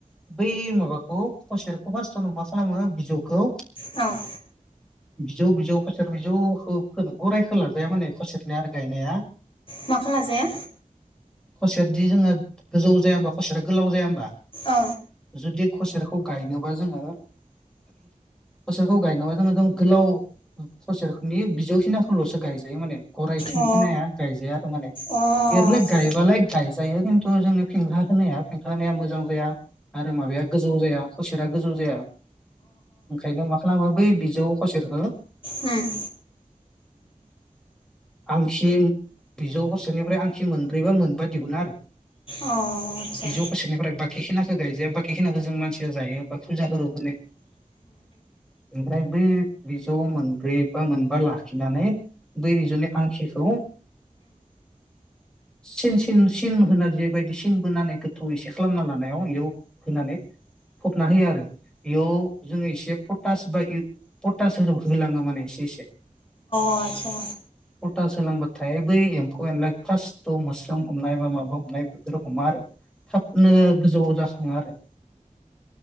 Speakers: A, in the centre; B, on the left.
A: बै माबाखौ खुसेरखौ फार्टावनो मा खालामो बिजौखौ
B: औ
A: बिजौ बिजौ खसेर बिजौ गराइ खोलाजाया मानै खसेरनिया आरो गायनाया
B: माखौ लाजाया
A: खुसेरदि जोङो गोजौ जाया हबा खुसेरा गोलाव जाया होनबा?
B: औ
A: जुदि खसेरखौ खौ गायनोबा जोङो हसेरखौ गायनोबा जोङो गोलाव हसेरनि बिजौखिनाखौल'सो गायजायो माने। गरायथिंखि
B: अ
A: नाया गायजाया आरो माने
B: अ आदसा
A: एरनो गायबालाय गाय जायो खिन्थु जोंनि फेंखा होनायाें होनाया मोजां। जों गैया। आरो माबाया गोजौ जाया खसेरा गोजौ जाया। ओंखायनो मा खालामो बै बिजौ खसा
B: ओम
A: आंख बिजौ गसेनिफ्राय आंसि मोनब्रैबा मोनबा दिहुना आरो।
B: अ आटसा
A: बिजौ खसेरनिफ्राय बाखि गायजाया बाखि खिनाखौ जों मानसिया जायो। फुजाफोराव ओमफ्राय बै बिजौ मोनब्रै बा मोनबा लाखिनानै बै बिजौनि आंखिखौ सिन सिन सिन होना जबायदि सिन बोनानै गोथौ एसे खालामना ला। बेयाव होनानै फबना होयो आरो बेयाव जोङो एसे पटास बा पटास होलाङो माने एसे एसे
B: अ आटसा।
A: खथा सोलांबाथाय बै एम्फौ एनलााय फास्ट' मोस्रोम हमनाय बा माबा हमनाय बेफोर हमा आरो थाबनो। गोजौ जाखाङो आरो।